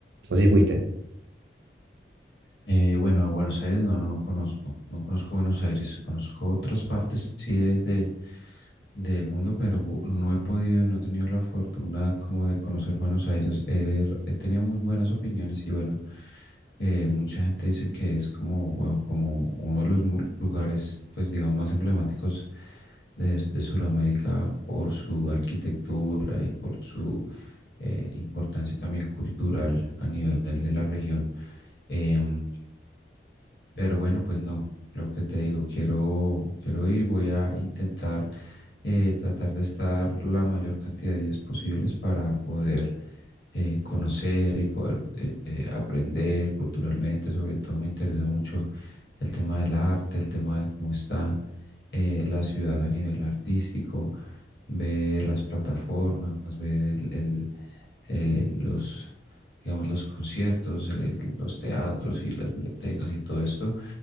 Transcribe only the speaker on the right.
no sé si fuiste.